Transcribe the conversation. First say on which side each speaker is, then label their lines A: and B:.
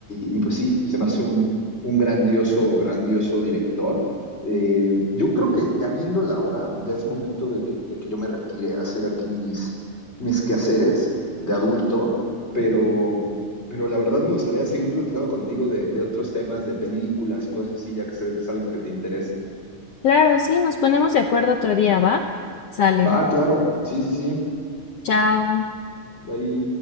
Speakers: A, on the left; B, on the left.
A: y- y, pues sí, se me hace un, un grandioso, grandioso director. Eh, yo creo que ya viendo la hora, ya es momento de que, de que yo me retire a hacer aquí mis, mis quehaceres de adulto, pero, pero la verdad me gustaría seguir platicando contigo de, de otros temas, de películas, cosas así, ya que se ve que es algo que te interesa.
B: Claro, sí, nos ponemos de acuerdo otro día, ¿va? Sale.
A: Va, claro, sí, sí, sí.
B: Chao.
A: Ahí